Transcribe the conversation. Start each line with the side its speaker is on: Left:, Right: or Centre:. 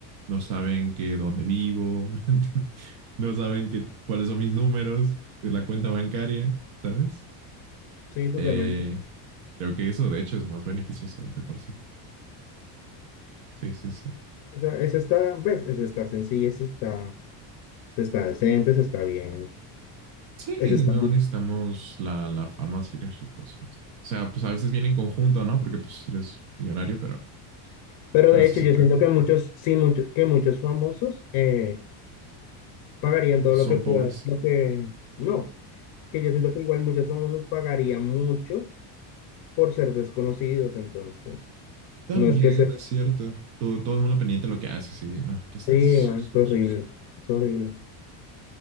Right: no saben que dónde vivo, <laughs> no saben que, cuáles son mis números de la cuenta bancaria, ¿sabes?
Left: Sí, totalmente.
Right: Eh, creo que eso, de hecho, es más beneficioso de por sí. Sí, sí, sí.
Left: Esa, esa está, ¿ves? Esa está sencilla, esa está, esa está decente, esa está bien.
Right: Sí,
Left: Esa está
Right: no
Left: bien.
Right: necesitamos la, la fama si eres rico. ¿sabes? O sea, pues a veces viene en conjunto, ¿no? Porque pues eres millonario, pero,
Left: Pero
Right: pero
Left: de
Right: sí
Left: hecho,
Right: se
Left: yo
Right: puede.
Left: siento que muchos, sí, muchos, que muchos famosos eh, pagarían todo
Right: Son
Left: lo que puedan,
Right: pobres.
Left: lo que no, que yo siento que igual muchos famosos pagarían mucho por ser desconocidos, entonces.
Right: También,
Left: No es que sea,
Right: es cierto. Todo, todo el mundo pendiente de lo que haces y no, qué estrés.
Left: sí, es
Right: qué estrés.
Left: horrible, es horrible.